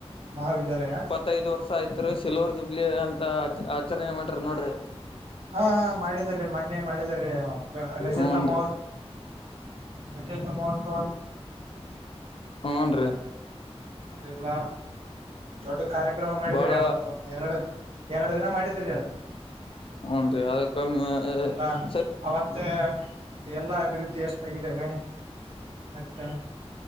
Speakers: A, on the right; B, on the left.
A: ಮಹಾವಿದ್ಯಾಲಯ
B: ಹತ್ತೈದ್ ವರ್ಷ ಆಯ್ತ್ರಿ ಸಿಲ್ವರ್ ಜುಬ್ಲಿ ಅಂತ ಆ ಆಚರಣೆ ಮಾಡ್ರಿ ನೋಡ್ರಿ
A: ಹಾ ಹ ಮಾಡಿದೀ ಮೊನ್ನೆ ಮಾಡಿದೀ ರಜತ
B: ಹೂನ್ರಿ
A: ಮಹೋತ್ ಅಚೆ ತ ಮವಸ್ತ
B: ಹ್ನ್ ರೀ
A: ಅದೆಲ್ಲ ದೊಡ್ಡ ಕಾರ್ಯಕ್ರಮ ಮಾಡಿದೀರಿ
B: ಬಾಳ
A: ಯಾವತ್ತ ಒ ಎರಡು ಎರಡು ದಿನ ಮಾಡಿದ್ರಿ ಅದ
B: ಹ್ನ್ ರೀ ಅದ ಕಮ್ಮಿ
A: ಎಲ್ಲಾ
B: ಸರಿ
A: ಅವತ್ತೆ ಎಲ್ಲಾ ಅಭಿವೃದ್ಧಿ ಎಷ್ಟಾಗಿದ್ದೇವೆ ಮತ್ತೆ